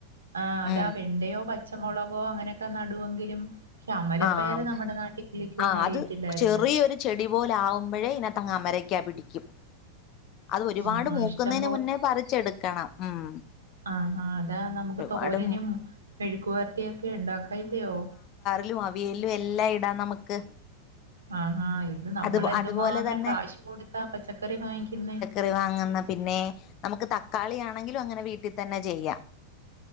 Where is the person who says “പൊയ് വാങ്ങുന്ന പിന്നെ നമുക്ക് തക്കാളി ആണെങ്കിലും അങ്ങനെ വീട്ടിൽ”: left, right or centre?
Left